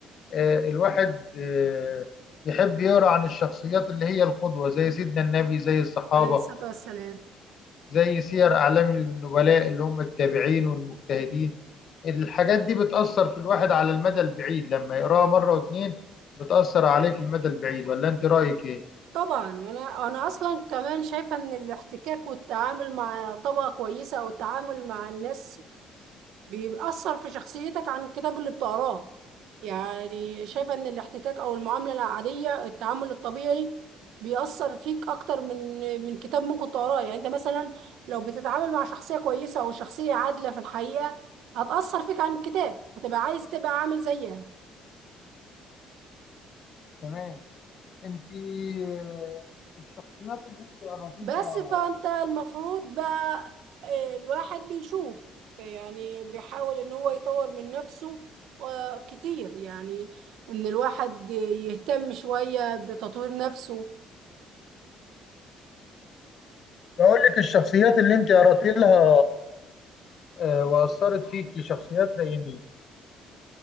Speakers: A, on the left; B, on the right.
A: آه، الواحد آه، يحب يقرا عن الشخصيات اللي هي القدوه زي سيدنا النبي زي الصحابه
B: عليه الصلاة والسلام
A: زي سير أعلام النبلاء اللي هم التابعين والمجتهدين الحاجات دي بتأثر في الواحد على المدى البعيد لما يقراها مرة واتنين بتأثر عليه في المدى البعيد ولا أنت رأيك إيه؟
B: طبعا وانا انا اصلا كمان شايفه ان الاحتكاك والتعامل مع طبقه كويسه او التعامل مع الناس بيأثر في شخصيتك عن الكتاب اللي بتقراه يعني شايفة ان الاحتكاك او المعاملة العادية التعامل الطبيعي بيأثر فيك اكتر من من كتاب ممكن تقراه يعني انت مثلا لو بتتعامل مع شخصية كويسة او شخصية عادلة في الحقيقة هتأثر فيك عن الكتاب هتبقى عايز تبقى عامل زيها
A: تمام انت آه، الشخصيات اللي انت قرأت
B: بس
A: لها
B: فانت المفروض بقى آه، الواحد بيشوف يعني بيحاول ان هو يطور من نفسه آه، كتير يعني ان الواحد يهتم شوية بتطوير نفسه
A: بقول لك الشخصيات اللي انت قرأت لها آه، واثرت فيكي شخصيات زي مين